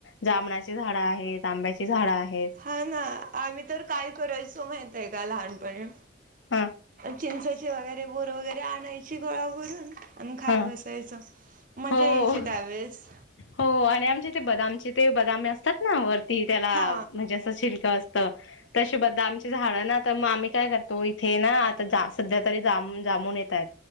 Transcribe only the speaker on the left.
जांभणाची झाडं आहेत, आंब्याची झाडं आहे
हा
हा
हो
हो आणि आमच्या इथे बदामचे ते बदामे असतात ना वरती त्याला
म्हणजे असं छिलकं असं ते तशी बदामची झाडंना तर मग आम्ही काय करतो इथेय ना आता सध्यातरी जामुन जामीन येतायेत.